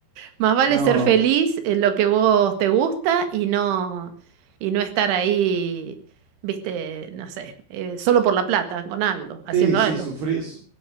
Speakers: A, on the right; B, on the right.
A: Más vale
B: no.
A: ser feliz en lo que vos te gusta y no, y no estar ahí, viste, no sé, eh, solo por la plata, con algo,
B: Sí,
A: haciendo
B: sí,
A: algo.
B: sufrí... su-